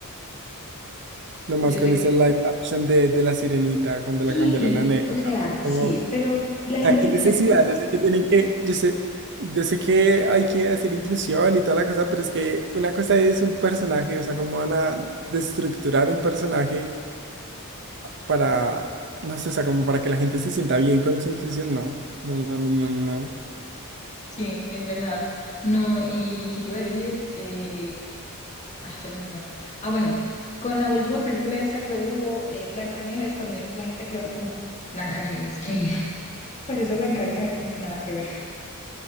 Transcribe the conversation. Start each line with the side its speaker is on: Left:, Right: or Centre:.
Right: nomás
Left: Yo
Right: con
Left: sé.
Right: ese live action de, de La Sirenita, cuando
Left: Sí,
Right: la cambiaron a negra.
Left: o sea,
Right: o sea,
Left: sí,
Right: Como, o
Left: pero la gente
Right: sea, qué
Left: le
Right: necesidad.
Left: pone como que
Right: Yo sé que tienen que, yo sé, yo sé que hay que hacer inclusión y toda la cosa, pero es que una cosa es un personaje, o sea, cómo van a destructurar un personaje para, no sé, o sea, como para que la gente se sienta bien con su inclusión. No, no, no, no, no. no.
Left: sí, es verdad. No, y ¿qué te iba a decir? Eh, ah, se me olvidó. Ah, bueno, con la última película esta que hubo, eh, Blancanieves, también la gente quedó como Blancanieves, ¿Qué? <laughs> pues eso Blancanieves como que nada que ver.